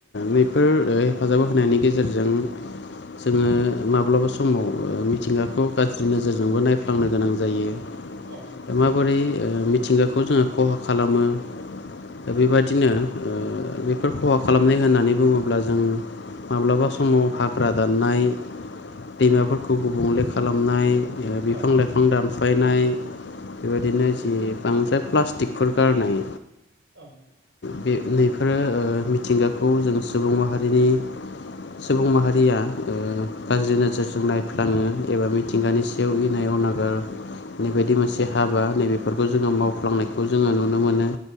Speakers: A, on the left; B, on the right.
A: नैफोर हेफाजाब होनायनि गेजेरजों जोङो माब्लाबा समाव मिथिंगाखौ गाज्रि नोजोरजोंबो नायफै फांनो गोनां जायो
B: औ
A: माबोरै मिथिंगाखौ जोङो खहा खालामो दा बेबायदिनो बेफोर खहा खालामनाय होननानै बुङोब्ला जों माब्लाबा समाव हाग्रा दाननाय दैमाफोरखौ गुबुंले खालामनाय
B: ओं
A: बिफां लाइफां दानफ्लायनाय बेबायदिनो जि बांद्राय प्लास्टिकफोर गारनाय
B: औ
A: बे नैफोरो मिथिंगाखौ जों सुबुं माहारिनि सुबुं माहारिया गाज्रि नोजोरजों नायफ्लाङो एबा मिथिंगानि सायाव इनाय अनागार नै बदि मोनसे हाबा नैबेफोरखौ जोङो मावफ्लांनायखौ जोङो नुनो मोनो